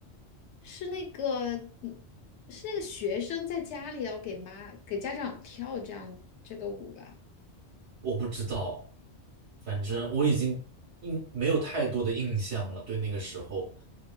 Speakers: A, on the left; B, on the right.
A: 是那个嗯是那个学生在家里要给妈给家长跳这样这个舞吧？
B: 我不知道，反正我已经印没有太多的印象了，对那个时候。